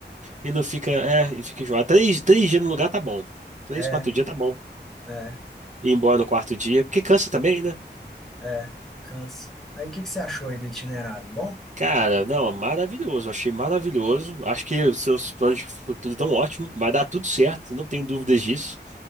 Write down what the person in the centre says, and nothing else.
É,
é.
É, cansa. Aí, o que que você achou aí do itinerário? Bom?